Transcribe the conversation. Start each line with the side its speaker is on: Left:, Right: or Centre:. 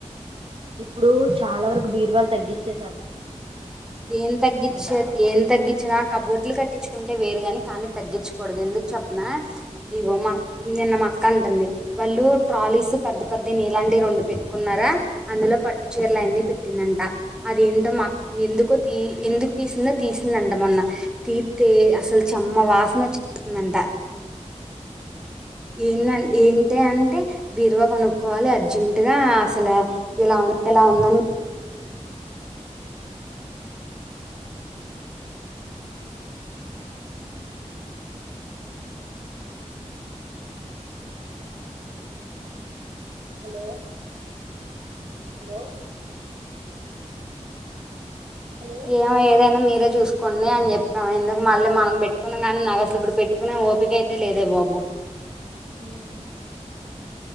Right: ఇప్పుడు చాలా వరకు బీరువాలు తగ్గిచే
Centre: ఏం తగ్గిచ్చ
Right: పడ్డారు
Centre: ఏం తగ్గించిన కబోర్డులు కట్టించు కుంటే వేరుగాని కానీ తగ్గిచకూడదు ఎందుకు చెప్పన ఇగో మా నిన్న మా అక్క అంటుంది వాళ్ళు ట్రాలీస్ పెద్ద పెద్ద నీలాంటివి రెండు పెట్టుకున్నారా అందులో పట్టు చీరలు అయన్ని పెట్టిందంట అదింట ఎందుకో తీ ఎందుకు తీసిందో తీసిందంట మొన్న తీత్తే అసలు చెమ్మ వాసన ట ఎంధన్ ఏంటి అంటే బీరువ కొనుక్కోవాలి అర్జెంట్గా అసలు ఇలా ఇలా ఉందని
Right: హలో హలో హలో
Centre: ఏమో ఏదైనా మీరే చూసుకోండి అని చెప్పాం ఎందుకు మళ్ళీ మనం పెట్టుకున్నాం కానీ నాకు అసలు ఇప్పుడు పెట్టుకునే ఓపిక అయితే లేదే బాబు
Right: హ